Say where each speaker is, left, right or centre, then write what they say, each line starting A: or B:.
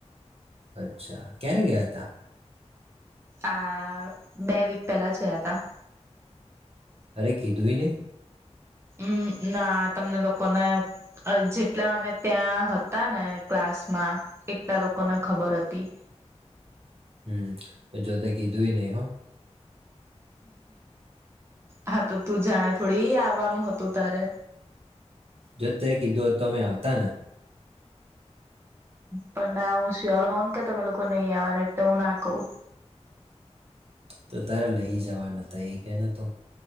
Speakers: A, on the right; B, on the right.
A: અચ્છા. ક્યારે ગયા હતા?
B: આ બે વીક પહેલા જ ગયા તા.
A: અરે કીધુંઈ નહીં.
B: અમ ના તમને લોકોને અહ જેટલા અમે ત્યાં હતા ને ક્લાસમાં એટલા લોક કોને ખબર હતી.
A: હમ્મ જોતે કીધુંય નહીં હો.
B: હા તો તું જાણે થોડી આવવાનું હતું તારે.
A: જો તે કીધું હોત તો અમે આવતા ને.
B: પણ ના હું સ્યોર હોઉ ને કે તમે લોકો નહીં આવવાના એટલે હું ના કવ.
A: ઈ તો તારે લઈ જાવા નોતા ઈ કે ને તું.